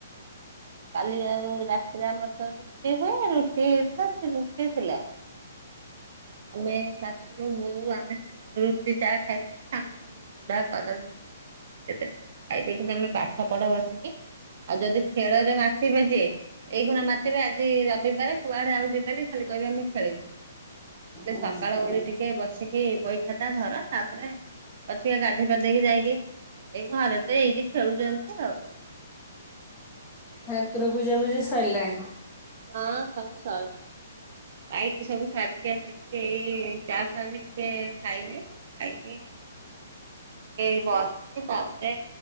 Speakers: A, on the right; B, on the left.
A: କାଲି ଆଉ ରାତିରେ ଆମରତ ରୁଟି ହୁଏ ରୁଟି ହେଇଥିଲା ସେ ରୁଟି ଥିଲା। ଆମେ ଶାଶୁ ବୋଉ ଆମେ ସବୁ ରୁଟି ଚାହା ଖାଇଦେଲୁ ତାଙ୍କୁ ସବୁ ଚୁଡା କଦଳୀ <unintelligible> <unintelligible> ଖାଇଦେଇକି ତମେ ପାଠ ପଢ ବସିକି ଆଉ ଯଦି ଖେଳ ରେ ମାତିିବ ଯିଏ ଏଇ ଖୁଣା ମା ତିବେ ଆଜି ରବିବାର କୁଆଡେ ଆଉ ଯିବେନି ଖାଲି କହିବେ ଆମେ ଖେଳିବୁ।
B: ହୁଁ।
A: ସକାଳ ଓଳି ଟିକେ ବସିକି ବହି ଖାତା ଧର ତାପରେ ପସିବେ ଗାଧେଇ ପଧେଇକି ଯାଇକି ଏଇ ଘରେ ତ ଏଇଟି ଖେଳୁଚନ୍ତି ଆଉ।
B: ଠାକୁର ପୂଜା ପୂଜିି ସଇଲାଣି।
A: ହଁ ସବୁ ସଇଲାଣି ପାଇଟି ସବୁ ସାରିକି ଆସିକି ଏଇ ଚା ଫା ବି ଟିକେ ଏ ଖାଇକି ଖାଇକି ଟିକେ ବସିଚି ତାପରେ